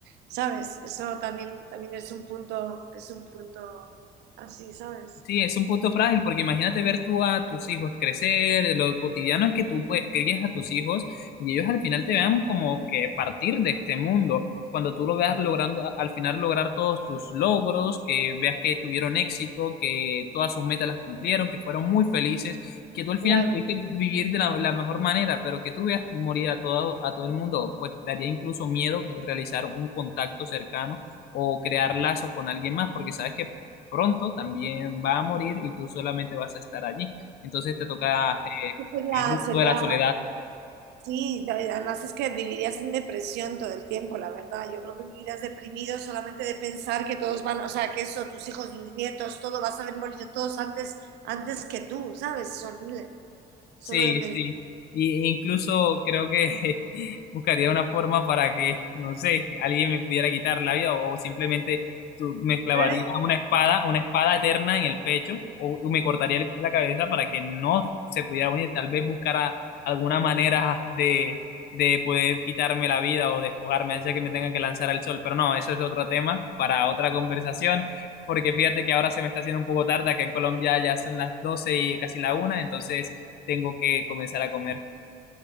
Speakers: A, on the right; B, on the left.
A: ¿sabes? Eso también, también es un punto, es un punto así, ¿sabes?
B: Sí, es un punto frágil porque imagínate ver tú a tus hijos crecer, lo cotidiano es que tú pues crías a tus hijos y ellos al final te vean como que partir de este mundo, cuando tú lo veas logrando al final lograr todos sus logros, que veas que tuvieron éxito, que todas sus metas las cumplieron, que fueron muy felices, que tú al final
A: Claro.
B: pudiste vivir de la, la mejor manera, pero que tú veas morir a todo, a todo el mundo, pues daría incluso miedo realizar un contacto cercano o crear lazos con alguien más, porque sabes que pronto también va a morir y tú solamente vas a estar allí. Entonces te toca eh,
A: Sería,
B: el ritmo
A: sería
B: de la soledad.
A: Sí, la- además es que vivirías en depresión todo el tiempo, la verdad. Yo creo que vivirías deprimido solamente de pensar que todos van, o sea, que eso, tus hijos, tus nietos, todo, vas a ver morir todos antes, antes que tú, ¿sabes? Es horrible,
B: Sí,
A: solo de pensar.
B: sí. Y incluso creo que <laughs> buscaría una forma para que, no sé, alguien me pudiera quitar la vida o, o simplemente tú- me clavaría
A: Pero eres-
B: una espada, una espada eterna en el pecho o me cortaría el- la cabeza para que no se pudiera unir. Tal vez buscara alguna manera de, de poder quitarme la vida o despojarme, hacer que me tenga que lanzar al sol. Pero no, eso es otro tema para otra conversación. Porque fíjate que ahora se me está haciendo un poco tarde, acá en Colombia ya son las 12 y casi la una, entonces tengo que comenzar a comer.